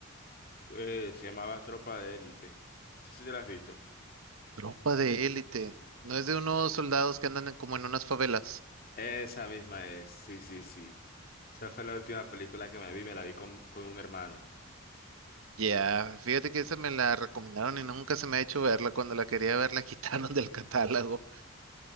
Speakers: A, on the left; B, on the right.
A: eh, se llamaba Tropa de Élite. No sé si te la has visto.
B: Tropa de élite, no es de unos soldados que andan en- como en unas favelas.
A: Esa misma es, sí, sí, sí. Esa fue la última película que me vi, me la vi con, con un hermano.
B: Ya, fíjate que esa me la recomendaron y nunca se me ha hecho verla. Cuando la quería ver, la <laughs> quitaron del catálogo.